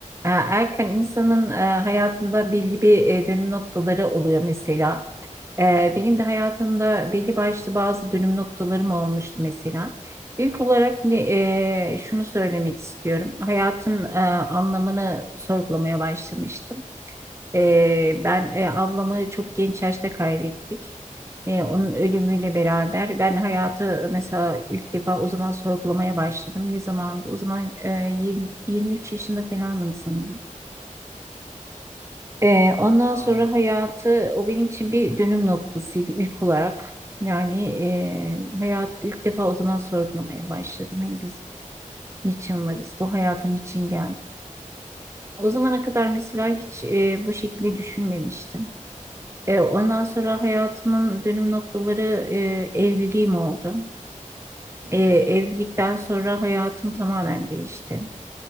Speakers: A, on the right; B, on the right.
A: E, Erken insanın e, hayatında belli bir e, dönüm noktaları oluyor mesela. E, Benim de hayatımda belli başlı bazı dönüm noktalarım olmuştu mesela. İlk olarak ne, e, şunu söylemek istiyorum. Hayatın e, anlamını sorgulamaya başlamıştım. E, Ben e, ablamı çok genç yaşta kaybettik. E,
B: Hı
A: Onun
B: hı.
A: ölümüyle beraber ben hayatı e, mesela ilk defa o zaman sorgulamaya başladım. Ne zamandı? O zaman e, 20, 23 yaşında falandım sanırım. Ee, ondan
B: Anladım.
A: sonra hayatı o benim için bir dönüm noktasıydı ilk olarak. Yani e, hayat ilk defa o zaman sorgulamaya başladım. Hani biz niçin varız? Bu hayata niçin geldik? O zamana kadar mesela hiç e, bu şekilde düşünmemiştim. E, ondan sonra hayatımın dönüm noktaları e, evliliğim oldu.
B: Hı
A: E,
B: hı.
A: evlilikten sonra hayatım tamamen değişti.